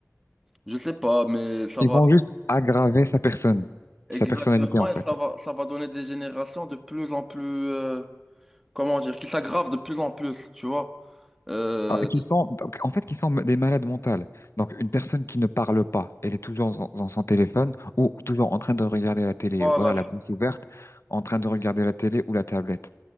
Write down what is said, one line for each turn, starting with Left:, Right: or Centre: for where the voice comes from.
Centre: je sais pas, mais ça
Left: Ils
Centre: va.
Left: vont juste aggraver sa personne,
Centre: Exactement,
Left: sa personnalité en fait.
Centre: et ça va, ça va donner des générations de plus en plus. euh, comment dire, qui s'aggrave de plus en plus, tu vois. Euh,
Left: Ah, qui sont donc, en fait qui sont des malades mentales. Donc une personne qui ne parle pas, elle est toujours dans, dans son téléphone ou toujours en train de regarder la télé,
Centre: voilà.
Left: voilà la bouche ouverte, en train de regarder la télé ou la tablette.